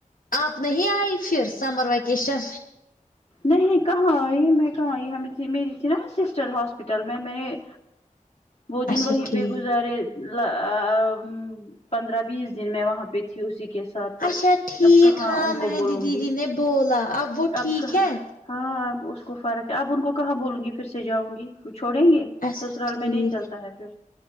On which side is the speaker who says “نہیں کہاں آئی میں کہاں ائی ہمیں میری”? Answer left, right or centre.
Left